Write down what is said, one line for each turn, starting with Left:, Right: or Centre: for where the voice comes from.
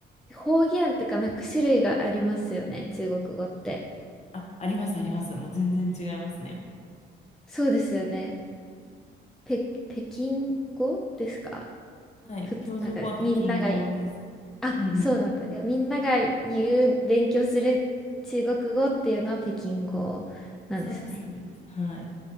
Centre: 方言ってか、なんか種類がありますよね、中国語って。
Left: あ、あります、あります。もう全然違いますね。
Centre: そうですよね。ぺ、北京語ですか
Left: はい。
Centre: ふつ、
Left: 標準語は北京語です。
Centre: なんかみんながあ、
Left: うんうん。
Centre: そうなんだ。でみんなが言う、勉強する中国語っていうのは北京語なんですね。
Left: そうです、そうです。はい。